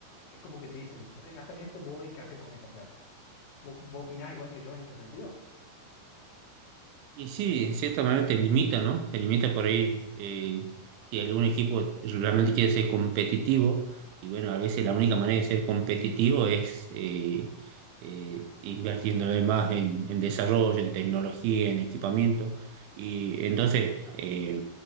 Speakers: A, on the left; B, on the right.
A: Es como que te dicen, podés gastar esto, vos veis qué hacer con esa plata. ¿Vos, vos opinás igual que yo en ese sentido?
B: Y sí, en cierta manera te limita, ¿no? Te limita por ahí eh, si algún equipo realmente quiere ser competitivo. Y bueno, a veces la única manera de ser competitivo es eh, eh, invirtiéndole más en, en desarrollo, en tecnología, en equipamiento. Y entonces, eh,